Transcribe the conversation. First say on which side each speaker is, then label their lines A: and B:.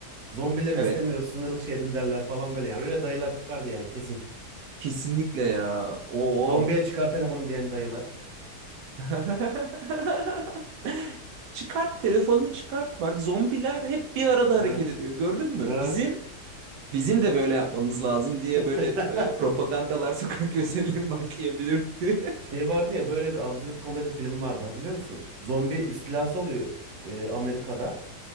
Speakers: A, on the right; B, on the right.
A: Zombileri
B: Evet.
A: istemiyoruz, sınır dışı edin derler falan böyle yani. Öyle dayılar çıkardı yani kesin.
B: Kesinlikle ya. Oo.
A: Zombiye çıkar telefonu diyen dayılar.
B: <laughs> Çıkart telefonunu çıkart. Bak zombiler hep bir arada hareket
A: Evet,
B: ediyor. Gördün mü?
A: evet.
B: Bizim bizim de böyle yapmamız lazım diye böyle
A: <laughs>
B: e, propagandalar <laughs> sokak gösterileri başlayabilirdi.
A: Şey vardı ya böyle bir absürt komedi filmi vardı hatırlıyor musun? Zombi istilası oluyor e, Amerika'da